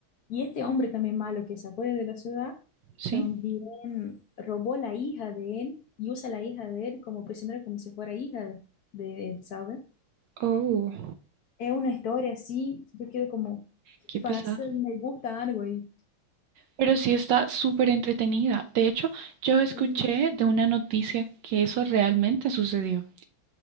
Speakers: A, on the left; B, on the right.
A: Y este hombre también malo que se acuerda de la ciudad,
B: sí.
A: también robó la hija de él y usa la hija de él como prisionera, como si fuera hija de él, ¿sabes?
B: Oh,
A: Es una historia así, yo quedo como,
B: qué pesado.
A: pasa, me gusta algo y,
B: Pero sí está súper entretenida. De hecho, yo escuché
A: y
B: de una noticia que eso realmente sucedió,